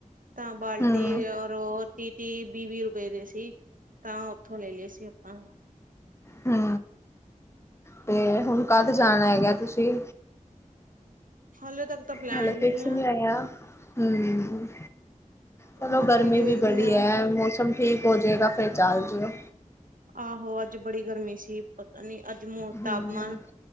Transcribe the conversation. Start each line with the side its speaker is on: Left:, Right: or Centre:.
Right: ਤਾਂ ਬਾਲਟੀ
Left: ਹਮ
Right: ਉਹ ਤੀਹ-ਤੀਹ, ਵੀਹ-ਵੀਹ ਰੁਪਏ ਦੇ ਸੀ। ਤਾਂ ਉੱਥੋਂ ਲੈ ਲਏ ਸੀ ਆਪਾਂ,
Left: ਹੂੰ, ਤੇ ਹੁਣ ਕਦ
Right: ਹੋਰ
Left: ਜਾਣਾ ਹੈਗਾ ਤੁਸੀਂ?
Right: ਹੱਲੇ ਤੱਕ ਤਾਂ ਪਲੈਨ
Left: ਹੱਲ ਫੇਸ
Right: ਨਹੀਂ ਆ।
Left: ਨ ਆਇ ਹੂੰ, ਚਲੋ
Right: ਬਾਕੀ
Left: ਗਰਮੀ
Right: ਦੇਖਦੇ
Left: ਵੀ ਬੜੀ
Right: ਹਾਂ
Left: ਹੈ, ਮੌਸਮ ਠੀਕ ਹੋ ਜਾਏਗਾ ਫਿਰ ਚੱਲ ਜਿਓ।
Right: ਆਹੋ ਅੱਜ ਬੜੀ ਗਰਮੀ ਸੀ ਪਤਾ ਨੀ, ਅੱਜ
Left: ਹਮ
Right: ਤਾਪਮਾਨ